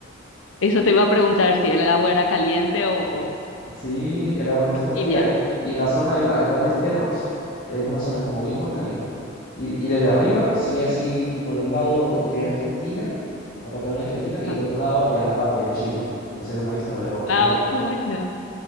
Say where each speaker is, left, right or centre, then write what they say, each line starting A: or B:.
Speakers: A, on the left; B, on the left.
A: Eso te iba a preguntar si el agua era caliente o, o
B: Sí, el agua no está fría.
A: tibia.
B: Y, y en la zona hay, va- hay varias termas. Es una zona como bien volcánica. Y, y desde arriba se ve así como de un lado lo que es Argentina, la Patagonia Argentina, y
A: Ajá.
B: el otro lado ya la parte de Chile. Entonces es una vista, pero genial.
A: Ah, oh, qué bueno.